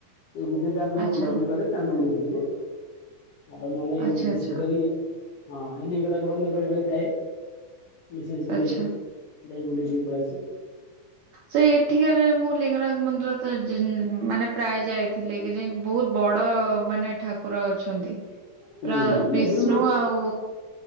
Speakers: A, on the left (about 60°); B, on the right (about 85°).
A: ଏବେ ଜା ଯୋଉ
B: ଆଚ୍ଛା
A: ବୁଲାବୁଲି କରେ ଫ୍ୟାମିଲି ନେଇକି ଟିକେ ଆଉ ମାନେ
B: ଆଚ୍ଛା
A: ଏ ବିଶେଷ
B: ଆଚ୍ଛା
A: କରି ହଁ ଏ ଲିଙ୍ଗରାଜ ବନ୍ଦ ବେଳେ ବେଳେ ଯାଏ। ମିସେସଙ୍କୁ
B: ଆଚ୍ଛା।
A: ନେଇକି ଯାଇ ବୁଲିକି ଟିକେ ପଳେଇଆସିବୁ।
B: ସେ ଏଠିକାରେ ମୁଁ ଲିଙ୍ଗରାଜ ମନ୍ଦିର ତ ଯ ମାନେ ପ୍ରାୟ ଯାଇଥିଲି କି ଯାଇକି ବହୁତ ବଡ ମାନେ ଠାକୁର ଅଛନ୍ତି। ପୁରା
A: ହୁଁ ଏବେ
B: ବିଷ୍ଣୁ
A: ବି ହୁଁ
B: ଆଉ